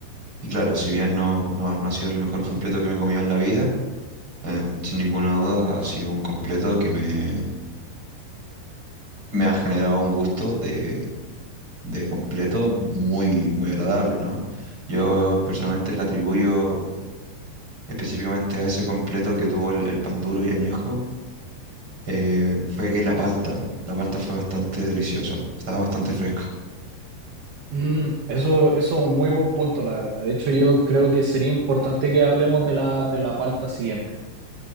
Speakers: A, on the right; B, on the right.
A: y claro, si bien no, no, no ha sido el mejor completo que me he comido en la vida, em, sin ninguna duda ha sido un completo que me, me ha generado un gusto de, de completo muy, muy agradable, ¿no? Yo personalmente le atribuyo específicamente a ese completo que tuvo el, el pan duro y añejo, eh, fue que la palta, la palta fue bastante deliciosa, estaba bastante fresca.
B: Mm, eso, eso es un muy buen punto, la verdad. De hecho, yo creo que sería importante que hablemos de la, de la palta siguiente.